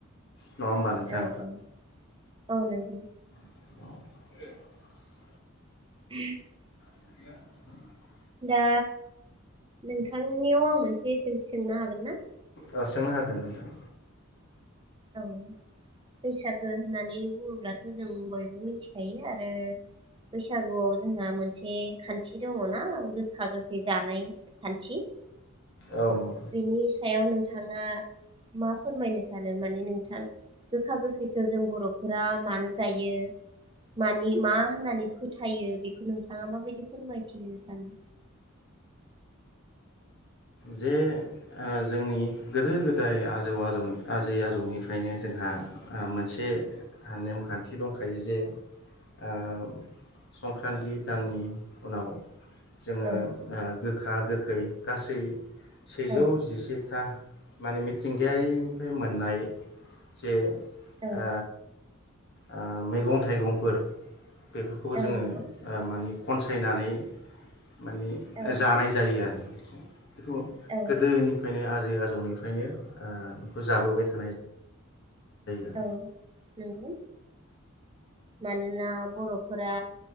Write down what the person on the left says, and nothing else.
नङा होमबा नोंथां।
<unintelligible>
<inaudible>
औ सोंनो हागोन नोंथां।
ओं। औ।
जे ओ जोंनि गोदो गोदाय आजौ आजौ आजै आजौनिफ्रायनो जोंहा मोनसे नेमखान्थि दंखायो जे ओ संक्रान्ति दाननि उनाव जोङो
ओ गोखा गोखै गासै सेजौ
जिसेथा माने मिथिंगायारिनिफ्राय मोननाय जे ओ।
ओ मैगं थाइगंफोर बेफोरखौबो
जोङो
मानि खनसायनानै माने
जानाय जायो आरो। खौ
गोदोनिफ्रायनो आ आजै आजौनिफ्रायनो ओ बेखौ जाबोबाय थानाय जायो। आरो